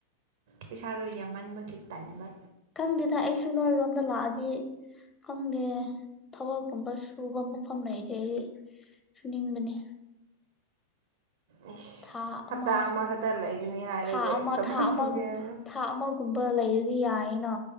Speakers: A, on the right; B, on the left.
A: ꯄꯩꯁꯥꯗꯣ ꯌꯥꯝꯃꯟꯕꯒꯤ ꯇꯟꯕ
B: ꯈꯪꯗꯦꯗ ꯑꯩꯁꯨ ꯅꯣꯏꯔꯣꯝꯗ ꯂꯥꯛꯑꯗꯤ ꯈꯪꯗꯦ ꯊꯕꯛꯒꯨꯝꯕ ꯁꯨꯕ ꯃꯐꯝ ꯂꯩꯔꯗꯤ ꯑꯩ ꯁꯨꯅꯤꯡꯕꯅꯦ
A: ꯑꯩꯁ
B: ꯊꯥ
A: ꯍꯞꯇꯥ
B: ꯑꯃ
A: ꯑꯃꯥ ꯈꯛꯇ ꯂꯩꯒꯅꯤ ꯍꯥꯏꯔꯒ
B: ꯊꯥ ꯑꯃ
A: ꯊꯕꯛ
B: ꯊꯥ ꯑꯃ
A: ꯁꯨꯒꯦꯕ ꯍꯥꯏꯕ꯭ꯔ
B: ꯊꯥ ꯑꯃꯥꯒꯨꯝꯕ ꯂꯩꯔꯗꯤ ꯌꯥꯏꯌꯦꯅ